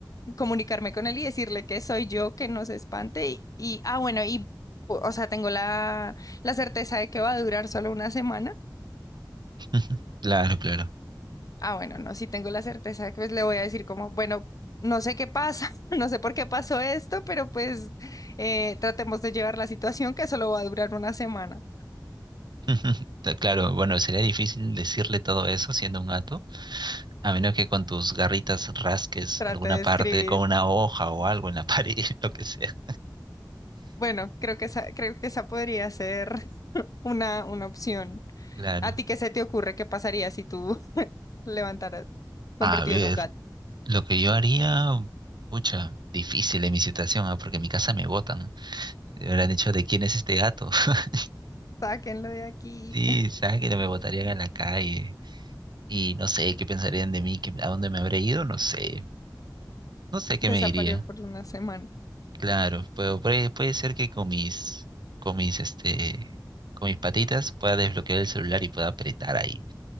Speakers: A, on the left; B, on the right.
A: comunicarme con él y decirle que soy yo, que no se espante y, y- ah, bueno, y, o sea, tengo la, la certeza de que va a durar solo una semana.
B: <laughs> Ujú, Claro, claro.
A: Ah, bueno, no, si tengo la certeza de que pues, le voy a decir como, bueno, no sé qué pasa, <laughs> no sé por qué pasó esto, pero pues eh, tratemos de llevar la situación que solo va a durar una semana.
B: <laughs> Ta- Claro, bueno, sería difícil decirle todo eso siendo un gato, a menos que con tus garritas rasques
A: Trate
B: alguna
A: de
B: parte
A: escribir.
B: con una hoja o algo en la <laughs> pared, lo que sea.
A: Bueno, creo que esa, creo que esa podría ser <laughs> una, una opción.
B: Claro.
A: ¿A ti qué se te ocurre? ¿Qué pasaría si tú <laughs> levantaras convertido
B: A ver,
A: en un gato?
B: lo que yo haría, pucha, difícil en mi situación, ah, Porque en mi casa me botan. Me habrán dicho, ¿de quién es este gato? <laughs>
A: Sáquenlo de aquí.
B: Sí,
A: <laughs>
B: sabes que no me botarían en la calle. Y no sé, ¿qué pensarían de mí? ¿Qué- ¿A dónde me habré ido? No sé. No sé qué
A: Desapareció
B: me diría.
A: por una semana.
B: Claro, pero puede, puede ser que con mis, con mis, este, con mis patitas pueda desbloquear el celular y pueda apretar ahí,